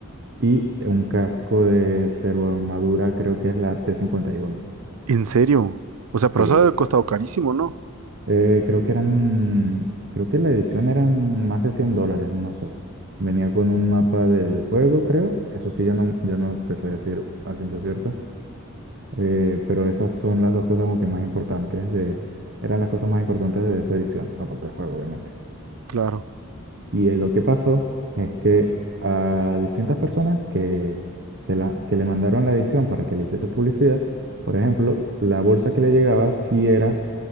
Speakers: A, on the right; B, on the right.
A: y un casco de armadura creo que es la t cincuenta y uno
B: ¿En serio? O sea, pero
A: Sí,
B: eso ha de haber costado carísimo, ¿no?
A: eh, creo que eran, creo que la edición eran más de 100 dólares, no sé. Venía con un mapa del juego, creo. Eso sí, ya no, ya no te sé decir a ciencia cierta. Eh, pero esas son las dos cosas como que más importantes de, eran las cosas más importantes de esa edición, aparte del juego, obviamente.
B: Claro.
A: Y eh, lo que pasó es que a distintas personas que, se la, que le mandaron la edición para que le hiciese publicidad, por ejemplo, la bolsa que le llegaba sí era,